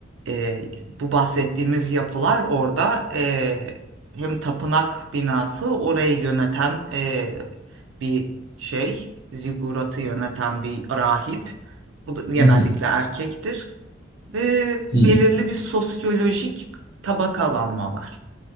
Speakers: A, on the right; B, on the left.
A: e, bu bahsettiğimiz yapılar orada e, hem tapınak binası orayı yöneten e, bir şey ziguratı yöneten bir rahip bu da genellikle
B: Hı hı,
A: erkektir ve belirli
B: hı.
A: bir sosyolojik tabakalanma var.